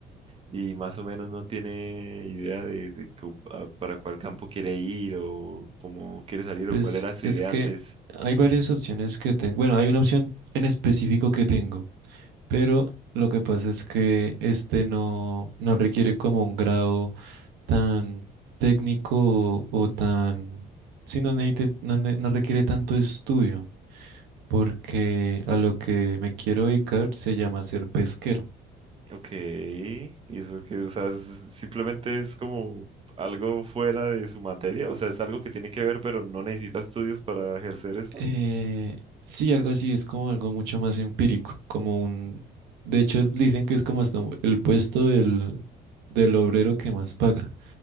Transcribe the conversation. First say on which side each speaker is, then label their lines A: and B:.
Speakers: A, on the right; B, on the right.
A: Y más o menos no tiene idea de, de cu- a- para cuál campo quiere ir o cómo quiere salir
B: Pues
A: o cuál era su
B: es
A: idea
B: que
A: antes.
B: hay varias opciones que tengo. Bueno, hay una opción en específico que tengo. Pero lo que pasa es que este no, no requiere como un grado tan técnico o, o tan... Sí, no, necesite- no, ne- no requiere tanto estudio, porque a lo que me quiero dedicar se llama ser pesquero.
A: Ok, y eso que, o sea, es- simplemente es como algo fuera de su materia, o sea, es algo que tiene que ver, pero no necesita estudios para ejercer eso.
B: Eh, sí, algo así, es como algo mucho más empírico, como un... De hecho, dicen que es como hasta el puesto del, del obrero que más paga,